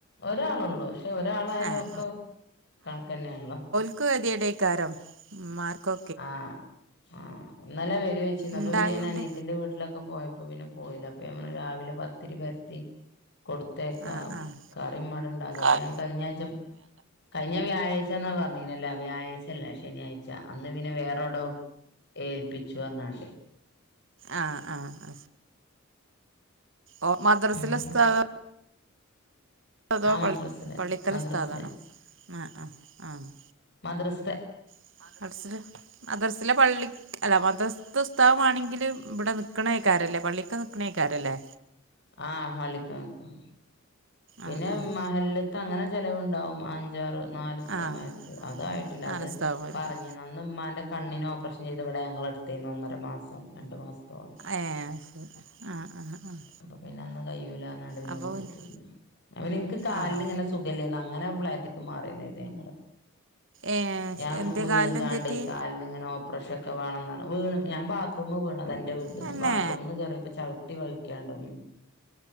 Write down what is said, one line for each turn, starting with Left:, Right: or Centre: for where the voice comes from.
Left: ഒരാളൊള്ളൂ. പക്ഷെ, ഒരാളായാലും
Right: ആഹ്
Left: ഒക്കെ കൺക്കന്നേണല്ലോ?
Right: ക്ക് കെത്യേടേക്കാരം ഉം മാർക്കൊ
Left: ആഹ് ആഹ്, ഇന്നലെ വരോയ്ച്ചിന്നപ്പൊ
Right: ഇണ്ടായോണ്ട്
Left: പിന്നെ ഞാനനിയത്തിന്റെ വീട്ടിലൊ ക്കൊ പോയപ്പോ പിന്നെ പോയീല. അപ്പഞാൻ രാവിലെ പത്തിരി പെരത്തി കൊടു ത്തേക്ക.
Right: ആഹ് ആഹ്
Left: കറി മ്മടെണ്ടാക്ക അപ്പ
Right: ആഹ്
Left: ഞാൻ കയ്ഞ്ഞ ആഴ്ച... കയ്ഞ്ഞ വ്യാഴാഴ്ച്ചന്ന പറഞ്ഞീനെ ല്ല വ്യാഴാഴ്ചല്ല, ശനിയാഴ്ച. അന്ന് പിന്നെ വേറൗടോ... ഏൽപ്പിച്ചുഅർനാണ്ട്.
Right: ആഹ് ആഹ് അഹ്സ ഓ മദ്രസിലെ
Left: അങ്ങനെ
Right: ഉസ്താദ്... അതോ?
Left: ആ മദ്രസില്
Right: പള്ളി പള്ളിക്കലസ്ഥതാണ്.
Left: മദ്രസില്
Right: ആആഹ് ആഹ്.
Left: മദ്രസ്തെ
Right: <unintelligible> മദർസിലെ പള്ളി, അല്ല മദർസത്തെ ഉസ്താദ് മാണെങ്കില് ബ്ടെ നിക്കണേക്കാരല്ലേ? പള്ളിക്ക നി ക്ക്ണേക്കാരല്ലേ?
Left: ആഹ്, പള്ളിക്ക നിക്കണ. പിന്നെ
Right: ആഹ് ആഹ്
Left: മഹല്ല്ത്തെ അങ്ങനെ ചെലവുണ്ടാവും, അഞ്ചാറ് നാല് ഉസ്താദ്മാർക്,
Right: ആഹ്
Left: അതായിട്ടില്ല,
Right: നാല്
Left: അത്
Right: ദിവസത്താകും വരും
Left: പറഞ്ഞീന്ന് അന്ന് ഉമ്മാന്റെ കണ്ണിനോ പക്ഷെ ഇവിടെ ഞങ്ങള എടുത്ത് ഒന്നര മാസം രണ്ട് മാസത്തോളം
Right: ഏഹ് ആഹ് ആഹ് ആഹ് ആഹ്
Left: അപ്പൊ പിന്നെ അന്നും കയ്യുല്ല നടുവിന്
Right: അപ്പൊ
Left: കൊടുത്തില്ല
Right: പിന്നെ
Left: അവനിക്ക് കാലിന്
Right: ആഹ്
Left: ഇങ്ങനെ സുഖല്ലായ്യഞ്ഞ് അങ്ങനെ ഉമ്മാടെ ഇതേ ടൈംമില്
Right: ഏഹ്
Left: ഞാൻ
Right: എന്തേ
Left: വീണ്
Right: കാലിനെന്ത്
Left: കണ്ട
Right: പറ്റി
Left: കാലിന് ഇങ്ങനെ ഒ ബ്രഷ് ഒക്കെ വേണന്നാണ് വീണ് ഞാൻ ബാത്റൂമിൽ വീണത എന്റെ വീട്ടീന്ന്
Right: തന്നെ
Left: നിന്ന് ബാത്റൂമിന്ന് കെറിയപ്പോ ചവട്ടി വഴി കേണ്ടം